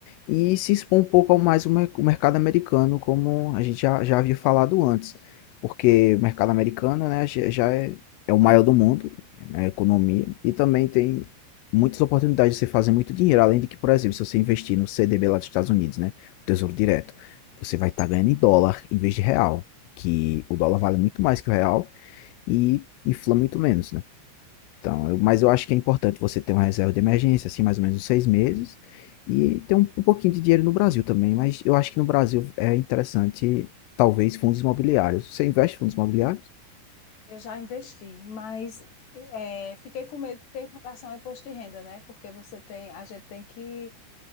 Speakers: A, on the left (about 80°); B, on the left (about 55°).
A: e se expor um pouco ao mais o mer- o mercado americano, como a gente já, já havia falado antes. Porque o mercado americano, né, já já é, é o maior do mundo, a economia e também tem muitas oportunidades de você fazer muito dinheiro, além de que, por exemplo, se você investir no CDB lá dos Estados Unidos, né, o Tesouro Direto, você vai estar ganhando em dólar em vez de real, que o dólar vale muito mais que o real e infla muito menos, né? Então, eu- mas eu acho que é importante você ter uma reserva de emergência, assim, mais ou menos uns seis meses, e ter um, um pouquinho de dinheiro no Brasil também. Mas eu acho que no Brasil é interessante, talvez, fundos imobiliários. Você investe em fundos imobiliários?
B: Eu já investi, mas é, fiquei com medo porque em relação ao imposto de renda, né? Porque você tem, a gente tem que,